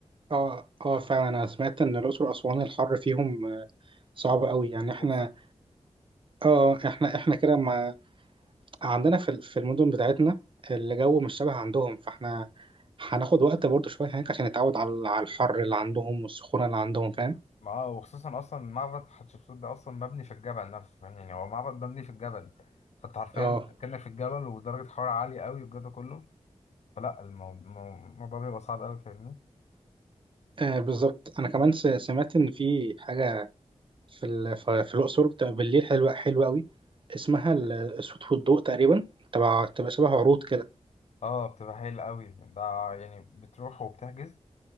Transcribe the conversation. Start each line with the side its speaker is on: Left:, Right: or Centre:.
Right: اه اه فعلا انا سمعت ان الاقصر واسوان الحر فيهم آه، صعب قوي يعني احنا
Left: وخصوصا
Right: اه اه، احنا احنا كده ما عندنا في ال- في المدن بتاعتنا الجو مش شبه عندهم فاحنا هناخد وقت برضه شويه هناك عشان نتعود على على الحر اللي عندهم والسخونه اللي عندهم فاهم
Left: اه وخصوصا أصلا معبد حتشبسوت ده أصلا مبني في الجبل نفسه فاهم؟ يعني هو معبد مبني في الجبل فأنت حرفيا
Right: اه
Left: كأنك في الجبل ودرجة حرارة عالية قوي والجو ده كله فلا المو- المو- الموضوع بيبقى صعب قوي فاهمني؟
Right: آه، بالظبط انا كمان س- سمعت ان في حاجه في ال- ف- في الاقصر بتبقى بالليل حلوه حلوه قوي اسمها ال- الصوت والضوء تقريبا تبع تبقى شبه عروض كده
Left: اه بتبقى حلوة قوي ده يعني بتروح وبتحجز